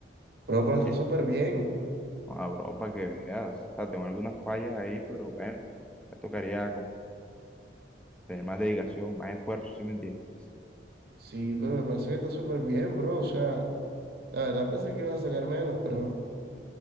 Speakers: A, on the right; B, in the centre.
A: bro,
B: Porque,
A: pero está súper bien.
B: ah, bro, para que veas. O sea, tengo algunas fallas ahí, pero bueno. Me tocaría como tener más dedicación, más esfuerzo, si me entiendes?
A: Sí, pero me parece que está súper bien, bro. O sea, la verdad pensé que ibas a sacar menos, pero,